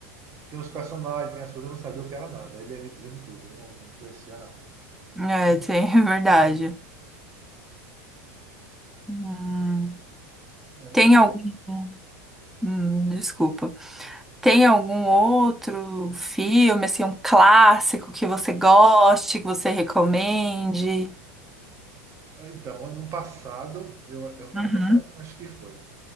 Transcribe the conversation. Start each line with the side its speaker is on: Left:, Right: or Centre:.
Right: tem os personagens, tem as coisas, eu não sabia o que era nada. Ele ia me dizendo tudo, eu não, não conhecia, não.
Centre: É, tem, <laughs> é verdade. Hum.
Right: É,
Centre: Tem
Right: é,
Centre: algum. hum, desculpa. Tem algum outro filme, assim, um clássico que você goste, que você recomende?
Right: Ah, Então, ano passado, eu, eu foi
Centre: Uhum.
Right: ano passado? Acho que foi.